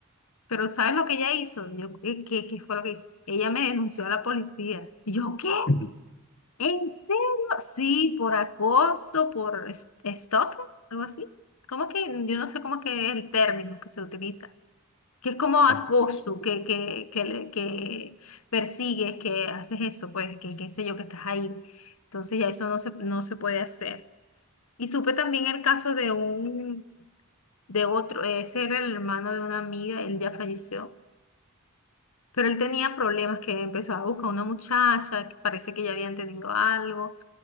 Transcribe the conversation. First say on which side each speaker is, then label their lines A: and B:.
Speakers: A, on the left; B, on the left.
A: Pero ¿sabes lo que ella hizo? Yo, ¿qué, qué qué fue lo que hizo? Ella me denunció a la policía. Y yo, ¿qué?
B: <laughs>
A: ¿En serio? Sí, por acoso, por es- stalking, algo así. ¿Cómo que? Yo no sé cómo que es el término que se utiliza. Que es como
B: Tampoco
A: acoso,
B: eso.
A: que, que, que, le- que persigues, que haces eso, pues, que qué sé yo, que estás ahí. Entonces ya eso no se, no se puede hacer. Y supe también el caso de un, de otro, ese era el hermano de una amiga, él ya falleció Pero él tenía problemas que empezó a buscar una muchacha, que parece que ya habían tenido algo,